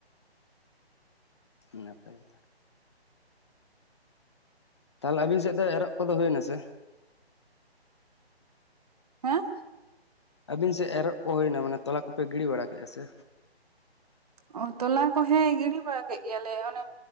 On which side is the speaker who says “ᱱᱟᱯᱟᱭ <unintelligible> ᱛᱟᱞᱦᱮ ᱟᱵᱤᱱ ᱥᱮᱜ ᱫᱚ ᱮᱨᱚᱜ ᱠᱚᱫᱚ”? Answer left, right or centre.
Left